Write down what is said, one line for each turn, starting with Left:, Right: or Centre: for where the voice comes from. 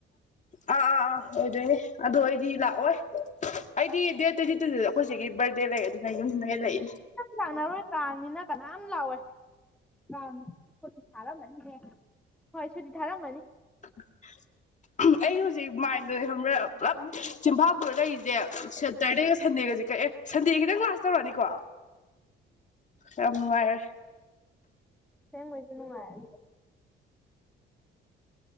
Left: ꯑꯥ ꯑꯥ ꯑꯥ ꯑꯣꯏꯗꯣꯏꯅꯦ ꯑꯗꯣ ꯑꯩꯗꯤ ꯂꯥꯛꯑꯣꯏ ꯑꯩꯗꯤ ꯗꯦꯠ ꯇ꯭ꯋꯦꯟꯇꯤ ꯇꯨꯗꯨꯖꯨ ꯑꯩꯈꯣꯏ ꯆꯦꯒꯤ ꯕꯥꯔꯗꯦ ꯂꯩ ꯑꯗꯨꯅ ꯌꯨꯝꯗꯅꯦ ꯂꯩ
Centre: <unintelligible> ꯂꯥꯛꯅꯔꯣꯏ ꯀꯥꯡꯅꯤꯅꯥ ꯀꯅꯥꯝ ꯂꯥꯛꯑꯣꯏ ꯀꯥꯡ ‌ꯁꯨꯇꯤ ꯊꯥꯔꯝꯃꯅꯤꯍꯦ ꯍꯣꯏ ꯁꯨꯇꯤ ꯊꯥꯔꯝꯃꯅꯤ
Left: <unintelligible> ꯑꯩ ꯍꯧꯖꯤꯛ ꯃꯥꯏꯟꯗꯅꯦ ꯈꯪꯕ꯭ꯔꯥ ꯄꯨꯂꯞ ꯆꯤꯝꯐꯥ ꯄꯨꯔꯥ ꯂꯩꯔꯤꯁꯦ ꯁꯦꯇꯔꯗꯦꯒ ꯁꯟꯗꯦꯒꯁꯦ ꯀꯛꯑꯦ ꯁꯟꯗꯦ ꯈꯤꯇꯪ ꯀ꯭ꯂꯥꯁ ꯇꯧꯔꯅꯤꯀꯣ ꯌꯥꯝ ꯅꯨꯡꯉꯥꯏꯔꯦ
Centre: ꯑꯁꯦꯡꯕꯩꯁꯨ ꯅꯨꯡꯉꯥꯏꯔꯤ